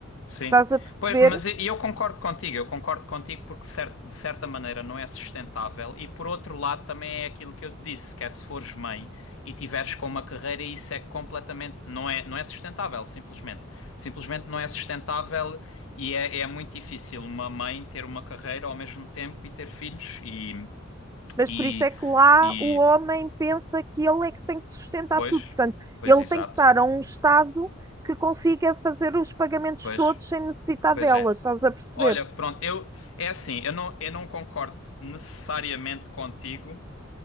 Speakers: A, on the left; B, on the right.
A: Sim.
B: estás a perceber?
A: Pois, mas e- e eu concordo contigo, eu concordo contigo porque cer- de certa maneira não é sustentável e por outro lado também é aquilo que eu te disse, que é se fores mãe e tiveres com uma carreira isso é completamente, não é, não é sustentável, simplesmente. Simplesmente não é sustentável e é, é muito difícil uma mãe ter uma carreira ao mesmo tempo e ter filhos e
B: Mas
A: E,
B: por isso é que lá
A: e
B: o homem pensa que ele é que tem que sustentar
A: pois,
B: tudo. Portanto,
A: pois
B: ele
A: exato,
B: tem que estar a um estado que consiga fazer os pagamentos
A: pois,
B: todos sem necessitar
A: pois
B: dela.
A: é.
B: Estás a perceber?
A: Olha, pronto, eu é assim, eu não, eu não concordo necessariamente contigo,